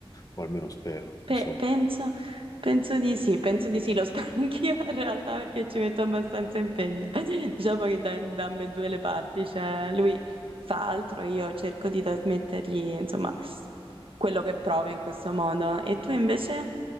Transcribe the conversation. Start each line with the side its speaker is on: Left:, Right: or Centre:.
Left: o almeno spero,
Right: Pe-
Left: insomma.
Right: penso, penso di sì, penso di sì, lo spero <laughs> anch'io in realtà perché ci metto abbastanza impegno. <laughs> Diciamo che da, da ambedue le parti, cioè lui fa altro, io cerco di trasmettergli, insomma, quello che prova in questo modo. E tu invece